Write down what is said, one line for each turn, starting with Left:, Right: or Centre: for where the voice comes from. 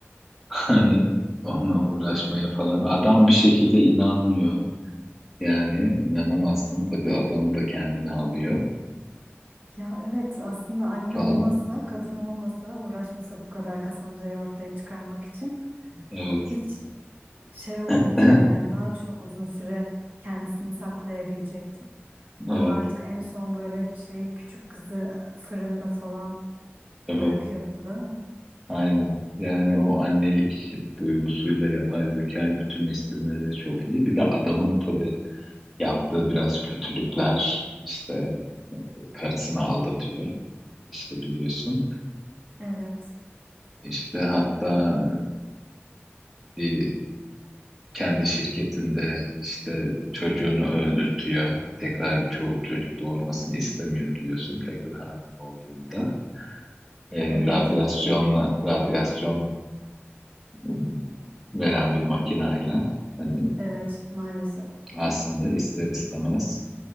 Centre: <laughs> hani onunla uğraşmaya falan. Adam bir şekilde inanmıyor. Yani inanamazsın. Tabii adamı da kendine alıyor
Right: Ya evet aslında anne
Centre: falan.
Right: olmasa, kadın olmasa, uğraşmasa bu kadar Cassandra'yı ortaya çıkarmak için
Centre: Evet.
Right: hiç şey olmayacak
Centre: <clears throat>
Right: yani daha çok uzun süre kendisini saklayabilecekti. Ama
Centre: Evet.
Right: artık en son böyle şeyi küçük kızı fırında falan
Centre: Evet.
Right: bırakıyordu değil mi?
Centre: Aynen. Yani o annelik duygusuyla yapay zekayı bütünleştirmeleri çok iyi. Bir de adamın tabii yaptığı biraz kötülükler işte e, karısını aldatıyor işte biliyorsun.
Right: Evet.
Centre: İşte hatta e, bir kendi şirketinde işte çocuğunu öldürtüyor. Tekrar bir ço- çocuk doğurmasını istemiyor biliyorsun tekrar hamile olduğunda. E,
Right: Evet,
Centre: radyasyonla
Right: evet.
Centre: radyasyon e, veren bir makinayla hani
Right: Evet, maalesef.
Centre: aslında ister istemez